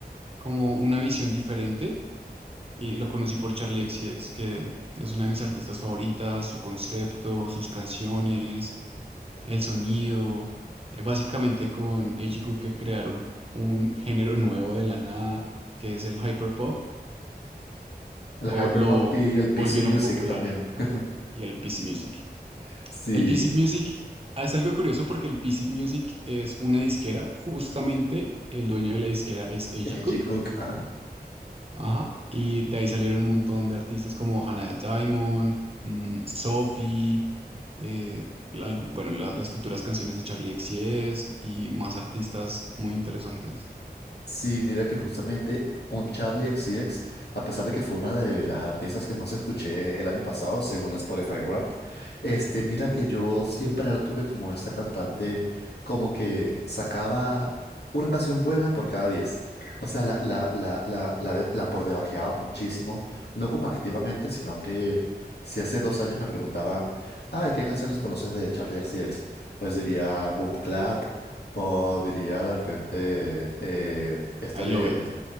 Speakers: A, on the right (about 35°); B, on the left (about 80°).
A: como una visión diferente. Y lo conocí por Charlie XCX, que es una de mis artistas favoritas, su concepto, sus canciones, el sonido, eh, básicamente con Ejiku que crearon un género nuevo de la nada, que es el hyperpop,
B: El
A: o
B: hyperpop
A: lo
B: y el PC
A: volvieron
B: Music
A: popular,
B: también.
A: ajá,
B: <laughs>
A: y el PC Music.
B: Sí,
A: El PC Music ah, es algo curioso porque el PC Music es una disquera, justamente el dueño de la disquera es A.G.
B: AG
A: Cook,
B: Cook, ajá.
A: ajá, y de ahí salieron un montón de artistas como Hannah Diamond, mm, Sophie, eh, la- bueno, la- las futuras canciones de Charlie XCX y más artistas muy interesantes.
B: Sí, mira que justamente con Charlie XCX, a pesar de que fue una de las artistas que más escuché el año pasado, según Spotify Wrapped, este, mira que yo siempre la tuve como esta cantante, como que sacaba una canción buena por cada diez O sea, la, la, la, la, la, de- la por debajeaba muchísimo, no como activamente, sino que si hace dos años me preguntaban, ay, ¿qué canciones conoces de Charlie XCX? Pues diría Boom Clap. O diría de repente eh, esta
A: I
B: de
A: Love It